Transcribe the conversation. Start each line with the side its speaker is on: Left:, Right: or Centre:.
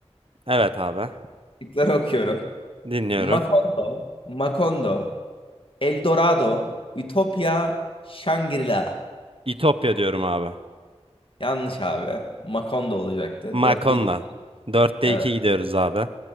Right: Evet abi.
Left: Şıkları okuyorum.
Right: Dinliyorum.
Left: Macondo, Macondo, El Dorado, Ütopya, Shangri-La.
Right: İtopya diyorum abi.
Left: Yanlış abi. Macondo olacaktı.
Right: Makonda.
Left: Dörtte iki.
Right: Dörtte
Left: Evet.
Right: iki gidiyoruz abi.